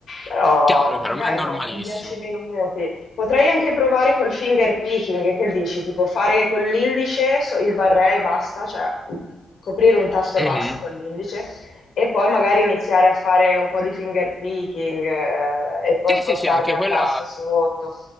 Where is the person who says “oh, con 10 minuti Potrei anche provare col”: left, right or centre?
Left